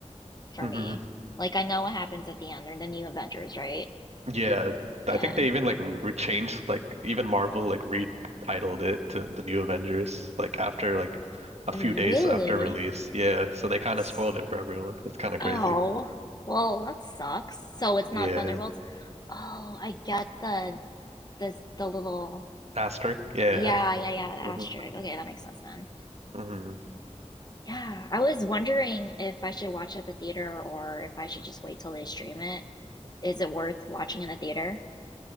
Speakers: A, on the left; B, on the right.
A: for
B: mhm.
A: me. Like I know what happens at the end. They're the new Avengers, right?
B: Yeah,
A: Yeah.
B: I think they even like re changed like even Marvel like retitled it to the New Avengers like after like a
A: Really?
B: few days after release. Yeah, so they kind
A: S-
B: of spoiled it for everyone. It's kind of
A: Oh,
B: crazy.
A: well, that sucks. So it's not
B: Yeah,
A: Thunderbolts. Oh, I get the this the little
B: asterisk. Yeah.
A: yeah, yeah, yeah, the
B: hmm
A: asterisk. Okay, that makes sense then.
B: hmm
A: Yeah, I was wondering if I should watch at the theater or if I should just wait till they stream it. Is it worth watching in the theater?